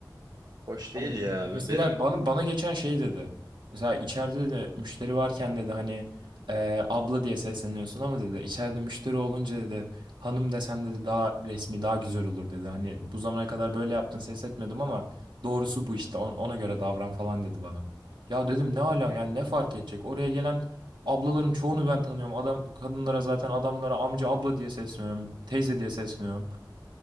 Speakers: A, on the right; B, on the right.
A: hoş
B: Hani
A: değil ya.
B: mesela
A: Benim
B: bana bana geçen şey dedi. Mesela içeride de müşteri varken dedi hani eee, abla diye sesleniyorsun ama dedi içeride müşteri olunca dedi hanım desen dedi daha resmi daha güzel olur dedi. Hani bu zamana kadar böyle yaptın ses etmedim ama doğrusu bu işte on- ona göre davran falan dedi bana. Ya dedim ne ala yani ne fark edecek? Oraya gelen ablaların çoğunu ben tanıyorum. Adam kadınlara zaten adamlara amca abla diye sesleniyorum, teyze diye sesleniyorum.